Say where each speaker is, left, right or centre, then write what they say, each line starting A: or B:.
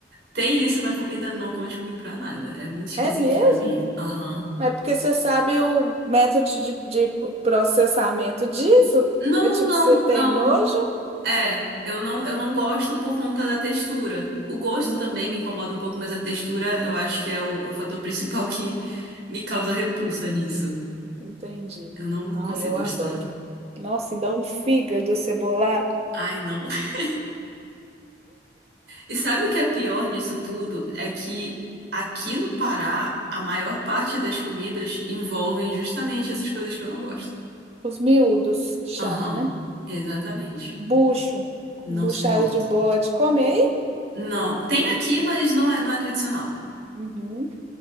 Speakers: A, on the right (about 75°); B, on the right (about 35°).
A: Tem isso na comida, não conte comigo pra nada. É muito esquisito
B: É mesmo?
A: pra mim. Aham.
B: Mas é porque você sabe o método de, de processamento disso?
A: Não,
B: É tipo,
A: não,
B: você tem
A: não.
B: nojo?
A: É, eu não, eu não gosto por conta da textura. O gosto
B: Hum,
A: também me incomoda um pouco, mas a textura eu acho que é o, o fator <laughs> principal que me causa repulsa nisso.
B: entendi.
A: Eu não, não
B: Ai,
A: consigo
B: eu adoro.
A: gostar.
B: Nossa, ainda um fígado cebolado.
A: Ai, não. <laughs> E sabe o que é pior nisso tudo? É que aqui no Pará, a maior parte das comidas envolvem justamente essas coisas que eu não gosto.
B: Os miúdos, que chama,
A: Aham,
B: né?
A: exatamente.
B: Bucho.
A: Não
B: Buchada
A: suporto.
B: de bode. Come aí?
A: Não, tem aqui, mas não é, não é tradicional.
B: Uhum.